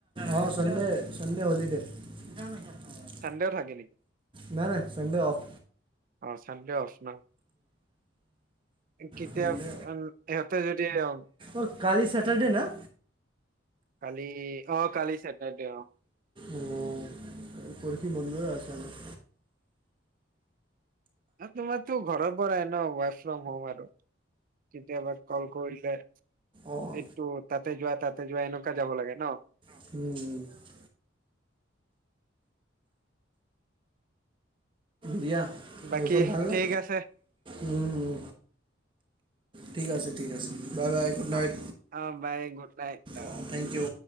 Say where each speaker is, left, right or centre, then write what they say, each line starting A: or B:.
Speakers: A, on the right (about 25°); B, on the right (about 45°).
A: অ' চানডে চানডে হলিডে। <unintelligible>
B: চানডেও থাকে নেকি?
A: নাই নাই চাণ্ডে অফ'।
B: অ' চানডে অফ ন? কেতিয়া
A: সণ্ডে
B: সিহঁতে যদি অ'।
A: অ' কালি চেটাৰডে না?
B: কালি অ' কালি চেটাৰডে অ'।
A: অঁ পৰহি বন্ধই আছে আমাৰ।
B: এ তোমাৰটো ঘৰৰ পৰাই ন, ৱৰ্ক ফ্ৰম হোম আৰু। কেতিয়াবা কল কৰিলে এইটো
A: অঁ
B: তাতে যোৱা তাতে যোৱা এনেকুৱা যাব লাগে ন।
A: <inaudible> দিয়া,
B: বাকী
A: আৰু চব ভালনে?
B: ঠিক আছে
A: উম, ঠিক আছে ঠিক আছে। Bye bye! গুড নাইট
B: অ' অ' বাই গুড নাইট <unintelligible>
A: অঁ থেংক ইউ!